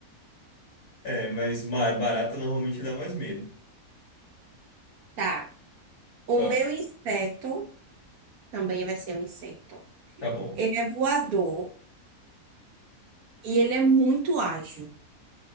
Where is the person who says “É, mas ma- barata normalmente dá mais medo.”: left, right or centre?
Left